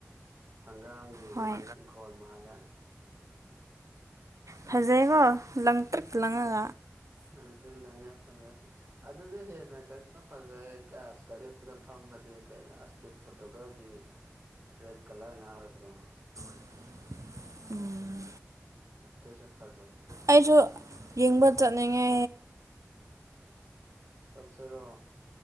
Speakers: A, on the right; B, on the right.
A: ꯍꯪꯒꯥꯝꯒꯤ
B: ꯍꯣꯏ
A: ꯏꯪꯈꯣꯜ ꯃꯥꯜꯂꯦ
B: ꯐꯖꯩꯀꯣ ꯂꯪ ꯇ꯭ꯔꯛ ꯂꯪꯉꯒ
A: ꯃꯟꯇꯔꯤꯦꯜ ꯂꯒꯥ ꯐ ꯑꯗꯨꯗ ꯍꯦꯟꯅ ꯀꯣ ꯐꯖꯩ ꯀꯥꯁꯇ ꯐꯝꯕꯗꯤ ꯀꯩꯅꯣ ꯐꯣꯇꯨꯀꯒꯤ ꯔꯦꯠ ꯀꯂꯔ ꯉꯥ ꯑꯣꯏꯕꯗꯣ
B: <inaudible> ꯎꯝ
A: ꯗꯁꯦ ꯐꯖꯜ
B: ꯑꯩꯁꯨ ꯌꯦꯡꯕ ꯆꯠꯅꯤꯡꯉꯦ
A: ꯇꯁꯔꯣ